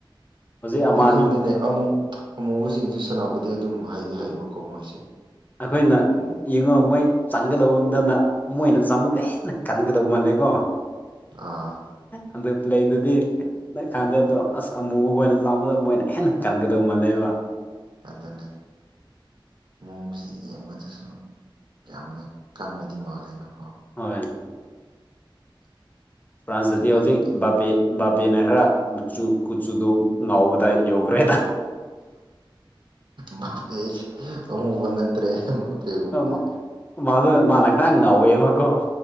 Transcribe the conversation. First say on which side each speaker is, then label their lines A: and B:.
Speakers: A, on the left (about 20°); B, on the right (about 60°).
A: ꯍꯧꯖꯤꯛ
B: ꯑꯗꯨ
A: ꯑꯃ
B: ꯈꯪꯗꯦꯅꯦ
A: ꯑꯅꯤ
B: ꯑꯃꯨꯛ ꯑꯃꯨꯕꯁꯤꯡꯁꯦ ꯁꯅꯥꯄꯇꯤ ꯑꯗꯨꯝ ꯍꯩꯗꯤ ꯍꯩꯌꯦꯕꯀꯣ ꯃꯣꯏꯁꯦ
A: ꯑꯩꯈꯣꯏꯅ
B: ꯑꯃꯨꯛ
A: ꯌꯦꯡꯉꯨ ꯃꯣꯏ ꯆꯪꯒꯗꯕ ꯃꯗ ꯃꯣꯏꯅ ꯆꯪꯕꯗ ꯍꯦꯟꯅ ꯀꯟꯒꯗꯕ ꯃꯥꯜꯂꯦꯀꯣ
B: ꯑꯥ
A: ꯑꯗꯨ ꯄꯂꯦ ꯗꯨꯗꯤ ꯅꯪ ꯈꯪꯗꯦ
B: ꯎꯝ
A: ꯑꯗꯣ ꯑꯁ ꯑꯃꯨꯛ ꯑꯩꯣꯏꯅ ꯆꯥꯡꯕꯗ ꯃꯣꯏꯅ ꯍꯦꯟꯅ ꯀꯟꯒꯗꯧ ꯃꯥꯜꯂꯦꯕ
B: ꯑꯗꯨꯅꯤ ꯃꯣꯡꯁꯤ ꯌꯦꯡꯕꯗꯁꯨ ꯌꯥꯝꯅ ꯀꯟꯕꯗꯤ ꯃꯥꯜꯂꯦꯅꯀꯣ
A: ꯍꯣꯏ ꯐ꯭ꯔꯥꯟꯁꯇꯗꯤ
B: ꯑꯗꯨꯃꯥꯏꯅ
A: ꯍꯧꯖꯤꯛ
B: ꯇꯧ
A: ꯕꯥꯄꯦ ꯕꯥꯄꯦꯅ ꯈꯔ ꯃꯆꯨꯪ ꯀꯨꯆꯨꯗꯣ ꯉꯥꯎꯕꯗ ꯗꯥ ꯌꯣꯒ ꯔꯦꯗ
B: ꯕꯄꯦꯁꯦ ꯑꯃꯨꯕ ꯅꯠꯇ꯭ꯔꯦ ꯕꯥꯄꯦꯒꯨꯝꯕꯁꯦ
A: ꯃꯥ ꯃꯥꯗꯣ ꯃꯥꯅ ꯈꯔ ꯉꯧꯋꯦꯕꯀꯣ